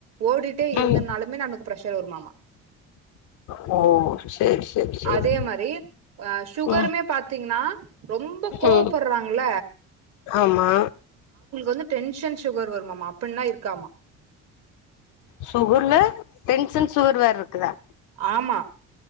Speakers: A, on the right; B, on the left.
A: ஓடிட்டே இருந்தனாலுமே
B: ம்
A: நம்ளுக்கு ப்ரஷர் வருமாமா
B: ஓ சேரி சேரி சேரி
A: அதே மாரி அ ஷுகருமே
B: ம்
A: பாத்தீங்கனா ரொம்ப கோவப்பர்றாங்ள
B: ம் ஆமா
A: வந்து டென்ஷன் ஷுகர் வருமாமா அப்பின்லா இருக்காமா
B: சுகர்ல டென்சன் சுகர் வேறருக்குதா
A: ஆமா